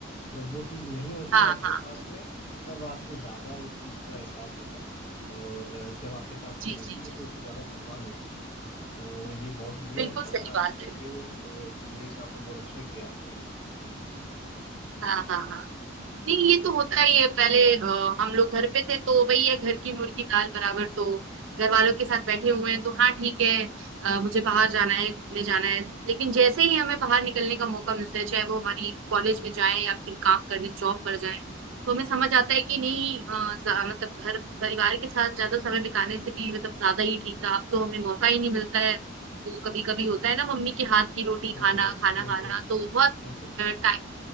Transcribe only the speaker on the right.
हाँ
हाँ
जी
जी
जी
बिल्कुल
सही
बात
है
हाँ हाँ हाँ नहीं ये तो होता ही है पहले अ, हम लोग घर पे थे तो वही है घर की मुर्गी दाल बराबर तो घर वालों के साथ बैठे हुए हैं तो हाँ ठीक है अ, मुझे बाहर जाना है घूमने जाना है लेकिन जैसे ही हमें बाहर निकलने का मौका मिलता है चाहे वो हमारी कॉलेज में जाए या फिर काम करने जॉब पर जाए तो हमें समझ आता है कि नहीं अ, जा- मतलब घर परिवार के साथ ज्यादा समय बिताने से भी मतलब ज्यादा ही ठीक था अब तो हमें मौका ही नहीं मिलता है तो कभी कभी होता है ना मम्मी के हाथ की रोटी
खाना
खाना
खाना तो बहुत
टाइम